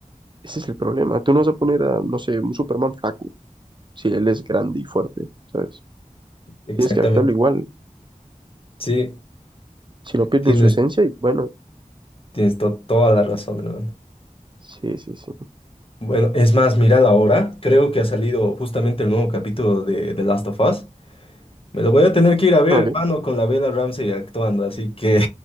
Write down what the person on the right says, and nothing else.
Ese es el problema. Tú no vas a poner a, no sé, un Superman flaco, si él es grande y fuerte, ¿sabes?
Tienes que adaptarlo igual,
si no pierden
su esencia y bueno,
sí, sí, sí.
Ok,